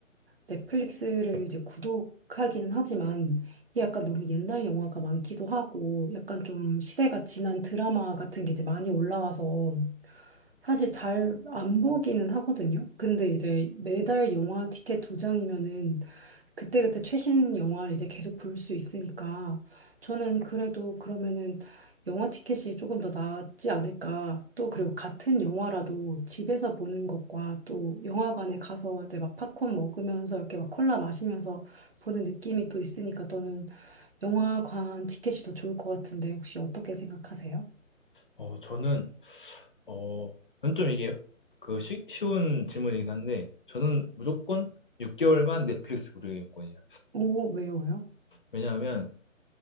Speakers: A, on the right; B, on the left.
A: 넷플릭스를 이제 구독하기는 하지만 이게 약간 너무 옛날 영화가 많기도 하고 약간 좀 시대가 지난 드라마 같은 게 이제 많이 올라와서 사실 잘 안 보기는 하거든요. 근데 이제 매달 영화 티켓 두 장이면은 그때그때 최신 영화를 이제 계속 볼 수 있으니까 저는 그래도 그러면은 영화 티켓이 조금 더 낫지 않을까. 또 그리고 같은 영화라도 집에서 보는 것과 또 영화관에 가서 이제 막 팝콘 먹으면서 이렇게 막 콜라 마시면서 보는 느낌이 또 있으니까 저는 영화관 티켓이 더 좋을 것 같은데 혹시 어떻게 생각하세요?
B: 어, 저는 어, 저는 좀 이게 그 쉬, 쉬운 질문이긴 한데 저는 무조건 6개월간 넷플릭스 무료 이용권이에요.
A: 오, 왜요? 왜요?
B: 왜냐하면